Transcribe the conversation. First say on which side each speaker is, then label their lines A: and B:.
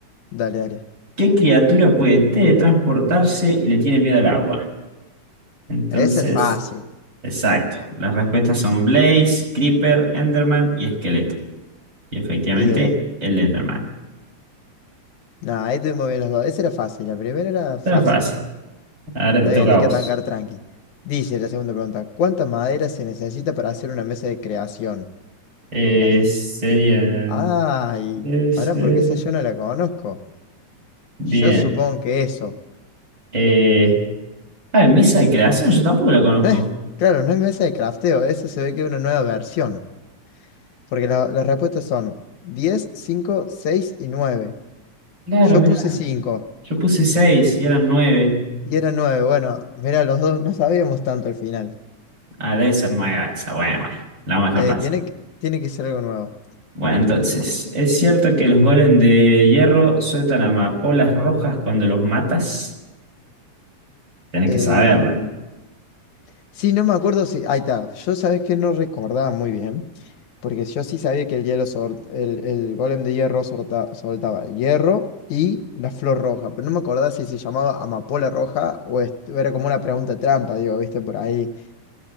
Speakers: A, on the left; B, on the right.
A: dale, dale.
B: ¿Qué criatura puede teletransportarse y le tiene miedo al agua? Entonces,
A: Ese es fácil.
B: exacto. Las respuestas son Blaze, Creeper, Enderman y Esqueleto. Y efectivamente,
A: Y, eh,
B: el Enderman.
A: no, ahí tuvimos bien los dos. Ese era fácil, la primera era fácil.
B: Era fácil. Ahora
A: Está
B: te toca
A: bien, hay
B: a
A: que
B: vos.
A: arrancar tranqui. Dice la segunda pregunta, ¿cuánta madera se necesita para hacer una mesa de creación?
B: Eh,
A: La... f-
B: serían
A: Ay,
B: 13.
A: pará, porque esa yo no la conozco.
B: Bien.
A: Yo supongo que eso.
B: Eh, ah, mesa de creación, yo tampoco la conozco.
A: No es, claro, no es mesa de crafteo, eso se ve que es una nueva versión. Porque la- las respuestas son 10, 5, 6 y 9.
B: Claro,
A: Yo
B: mira,
A: puse 5
B: yo puse seis y eran 9.
A: y era 9. Bueno, mira, los dos no sabíamos tanto al final.
B: Ah, debe ser nueve. esa. Bueno, bueno, la vamos a
A: Eh,
B: dejar pasar.
A: tiene, que- tiene que ser algo nuevo.
B: Bueno, entonces, ¿es cierto que los golems de hierro sueltan amapolas rojas cuando los matas? Tenés
A: Em,
B: que saberla.
A: Sí, no me acuerdo si. Ahí está. Yo sabes que no recordaba muy bien. Porque yo sí sabía que el hielo sol- el, el golem de hierro solta- soltaba hierro y la flor roja. Pero no me acordaba si se llamaba amapola roja o, es- o era como una pregunta trampa, digo, viste, por ahí